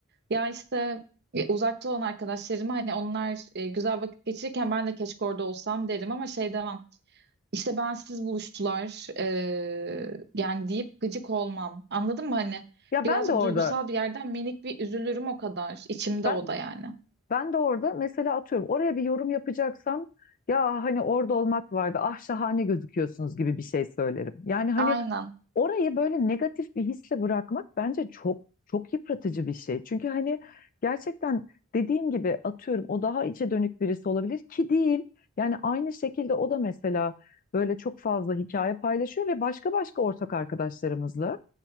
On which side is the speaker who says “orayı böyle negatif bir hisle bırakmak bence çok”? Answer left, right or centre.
Left